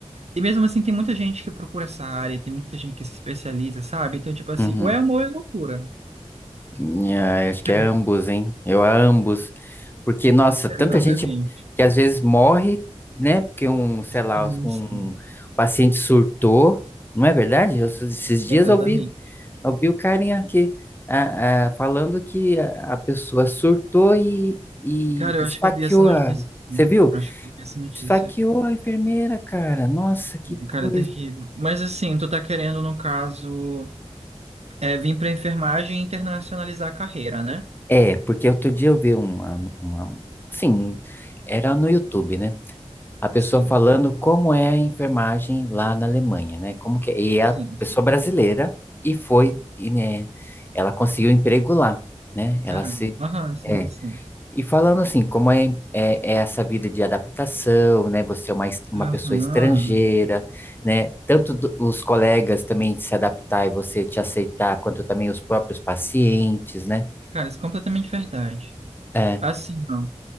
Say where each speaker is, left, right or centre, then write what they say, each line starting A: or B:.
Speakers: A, on the right; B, on the left.
A: e mesmo assim tem muita gente que procura essa área, tem muita gente que se especializa, sabe? Então, tipo assim,
B: Uhum.
A: ou é amor ou é loucura.
B: Ah,
A: <laughs>
B: eu acho que é ambos, hein? Eu a ambos. Porque, nossa, tanta
A: Exatamente.
B: gente que às vezes morre, né? Porque um, sei lá,
A: Sim,
B: um
A: sim.
B: paciente surtou. Não é verdade? Eu, esses dias
A: Exatamente.
B: eu ouvi Eu vi o carinha aqui ah, ah, falando que a, a pessoa surtou e, e
A: Cara, eu
B: esfaqueou
A: acho que eu vi essa notícia,
B: a.
A: sim.
B: Você viu?
A: Acho que eu vi essa notícia.
B: Esfaqueou a enfermeira, cara. Nossa, que
A: Cara,
B: coisa.
A: é terrível. Mas assim, tu tá querendo, no caso. É, vim para enfermagem e internacionalizar a carreira, né?
B: É, porque outro dia eu vi uma, uma. Assim, era no YouTube, né? A pessoa
A: Sim,
B: falando como é a enfermagem lá na Alemanha, né? Como que é. E é
A: sim,
B: a pessoa
A: sim.
B: brasileira e foi, e, né, ela conseguiu emprego lá, né?
A: Caramba.
B: Ela se.
A: Aham, sim,
B: É,
A: sim.
B: E falando assim, como é, é- é essa vida de adaptação, né? Você é uma, es- uma
A: Aham.
B: pessoa estrangeira, né? Tanto do- os colegas também se adaptar e você te aceitar, quanto também os próprios pacientes, né?
A: Cara, isso é completamente verdade.
B: É.
A: Assim, não.